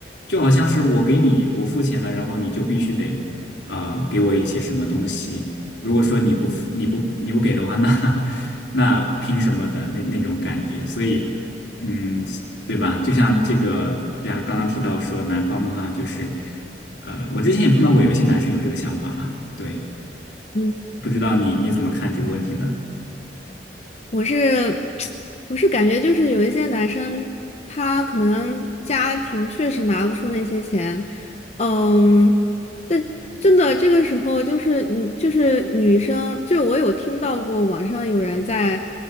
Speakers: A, on the left (about 75°); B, on the left (about 40°).
A: 就好像是我给你我付钱了，然后你就必须得啊、呃给我一些什么东西。如果说你不付你不你不给的话，那 <laughs> 那凭什么的那那种感觉？所以嗯，对吧？就像这个，就像刚刚提到说男方的话，就是。呃，我之前也碰到过有一些男生有这个想法了，对，
B: 嗯，
A: 不知道你你怎么看这个问题呢？
B: 我是 <tsk> 我是感觉就是有一些男生，他可能家庭确实拿不出那些钱，嗯，但真的这个时候就是你就是女生，就是我有听到过网上有人在